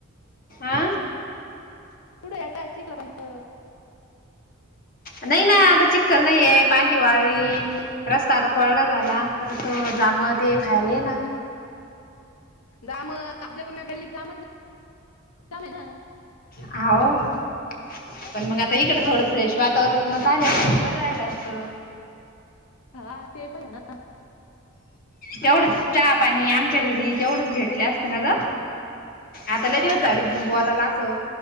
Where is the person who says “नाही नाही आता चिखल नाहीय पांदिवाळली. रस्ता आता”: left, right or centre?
Left